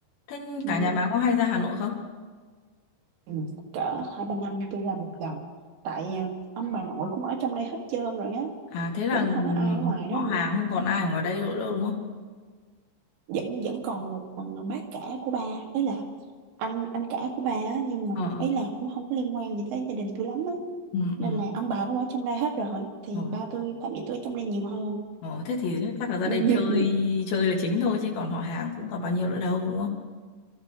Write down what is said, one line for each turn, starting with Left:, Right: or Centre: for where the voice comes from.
Left: thế
Right: ừ.
Left: cả nhà bà có hay ra Hà Nội không
Right: Ừ. cỡ hai ba năm tôi làm một lần tại à, ông bà nội cũng ở trong đây hết trơn rồi á
Left: à thế là
Right: cũng
Left: ừ,
Right: không có ai ở ngoài đó
Left: họ
Right: nữa
Left: hàng không còn ai ở ngoài đây nữa đâu đúng không
Right: vẫn vẫn còn một à, bác cả của ba ấy là anh anh cả của ba á nhưng mà
Left: ờ
Right: ấy là cũng không có liên quan gì tới gia đình tôi lắm á
Left: ừ
Right: nên
Left: ừ
Right: là ông bà cũng ở trong đây hết rồi thì
Left: Ờ,
Right: ba tôi ba mẹ tôi ở trong đây nhiều hơn
Left: ờ, thế thì chắc là gia
Right: Như-
Left: đình chơi
Right: ừ,
Left: chơi là chính thôi chứ còn họ hàng cũng còn bao nhiêu nữa đâu đúng không?